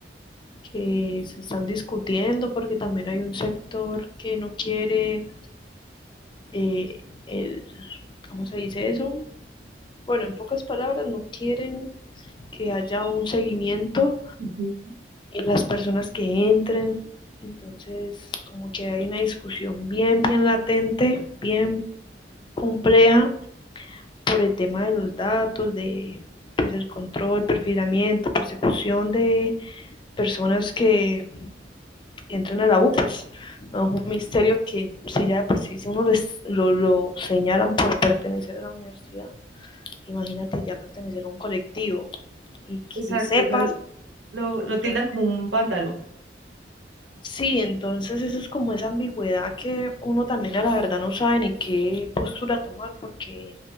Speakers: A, on the left; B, on the right.
A: que se están discutiendo porque también hay un sector que no quiere eh, el, ¿cómo se dice eso? Bueno, en pocas palabras, no quieren que haya un seguimiento
B: Ujú.
A: en las personas que entren. Entonces, como que hay una discusión bien, bien latente, bien compleja por el tema de los datos, de pues, el control, perfilamiento, persecución de personas que entren a la U, pues no es un misterio que si ya de por sí si uno les, lo, lo señalan por pertenecer a la universidad, imagínate ya pertenecer a un colectivo y que
B: Exacto,
A: sepas.
B: ya lo, lo lo
A: Entonces,
B: tildan como un vándalo.
A: sí, entonces eso es como esa ambigüedad que uno también a la verdad no sabe ni qué postura tomar porque